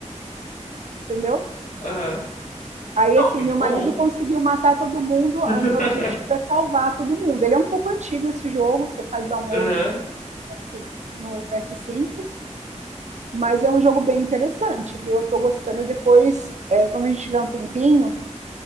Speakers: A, on the right; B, on the left.
A: entendeu?
B: Aham.
A: Aí,
B: Não,
A: assim,
B: muito
A: meu
B: bom.
A: marido conseguiu matar todo mundo,
B: <laughs>
A: o meu objetivo é salvar todo mundo. Ele é um pouco antigo esse jogo, você faz download
B: Aham,
A: no, PS, no PS5, mas é um jogo bem interessante, viu? Eu tô gostando. Depois, é, quando a gente tiver um tempinho,